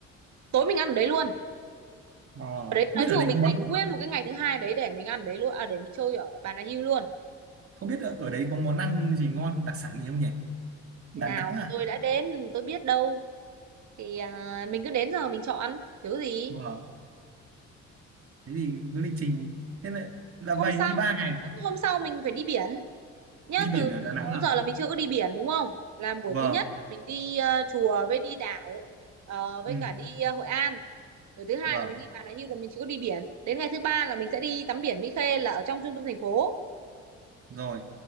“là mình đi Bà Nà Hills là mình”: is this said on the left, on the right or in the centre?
Right